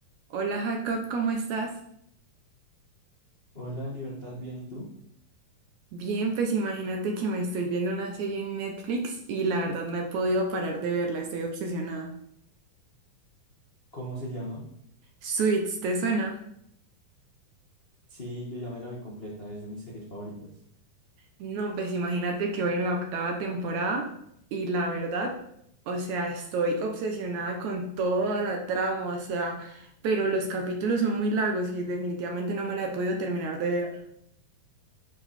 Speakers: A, on the right (about 70°); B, on the left (about 75°).
A: Hola Jacob, ¿cómo estás?
B: Hola, Libertad, bien, ¿y tú?
A: Bien, pues imagínate que me estoy viendo una serie en Netflix y la verdad no he podido parar de verla, estoy obsesionada.
B: ¿Cómo se llama?
A: Suits, ¿te suena?
B: Sí, yo ya me la vi completa, es de mis series favoritas.
A: No, pues imagínate que voy en la octava temporada y la verdad, o sea, estoy obsesionada con toda la trama, o sea, pero los capítulos son muy largos y definitivamente no me la he podido terminar de ver.